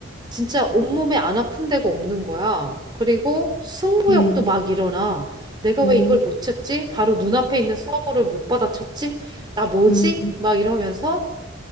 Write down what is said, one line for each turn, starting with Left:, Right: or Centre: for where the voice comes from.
Right: 진짜 온몸에 안 아픈 데가 없는 거야. 그리고 승부욕도
Left: 음,
Right: 막 일어나. 내가
Left: 오,
Right: 왜 이걸 못 쳤지? 바로 눈앞에 있는 서버를 못 받아쳤지? 나 뭐지?
Left: 음.
Right: 막 이러면서